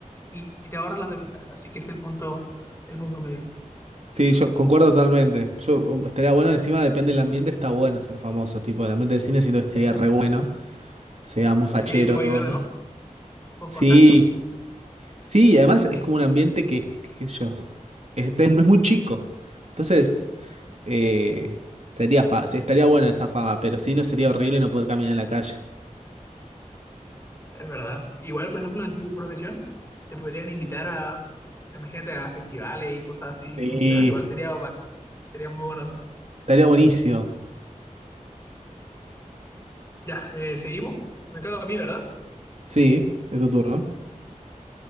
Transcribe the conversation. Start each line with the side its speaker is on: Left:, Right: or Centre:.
Left: y, y te ahorras las desventajas. Así que ese es el punto, el punto medio.
Right: Sí, yo concuerdo totalmente. Yo um, estaría bueno, encima depende del ambiente, está bueno ser famoso, tipo, el ambiente de cine siento que estaría re bueno, sea muy fachero
Left: Sí, te puede
Right: todo.
Left: ayudar o no, con
Right: Sí,
Left: contactos.
Right: sí, y además
Left: <laughs>
Right: es como un ambiente que, que qué sé yo, es, es muy chico. Entonces, eh, sería fa- sí, estaría buena esa fama, pero sí no sería horrible no poder caminar en la calle.
Left: Es verdad. Igual, por ejemplo, en tu profesión, te podrían invitar a, imagínate, a festivales y cosas así
Right: Sí,
Left: exclusivas. Igual sería bacán. Sería muy bueno eso.
Right: estaría buenísimo.
Left: Ya, eh, seguimos. Me toca a mí, ¿verdad?
Right: Sí, de tu turno.